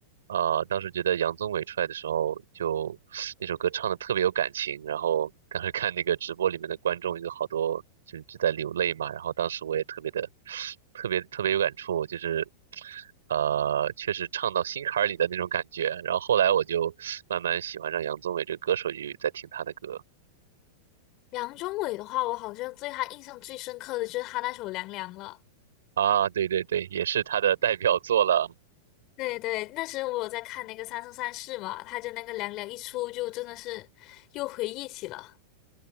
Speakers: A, on the right; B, on the left.
A: 呃，当时觉得杨宗纬出来的时候就 <sucks teeth> 那首歌唱的特别有感情，然后当时看那个直播里面的观众有好多就就在流泪嘛，然后当时我也特别的 <sucks teeth> 特别特别有感触，就是呃，确实唱到心坎儿里的那种感觉。然后后来我就慢慢喜欢上杨宗纬这个歌手，就在听他的歌
B: 梁中伟的话，我好像对他印象最深刻的就是他那首《凉凉》了。
A: 啊，对对对，也是他的代表作了。
B: 对对，那时我有在看那个《三生三世》嘛，他就那个《凉凉》一出，就真的是又回忆起了。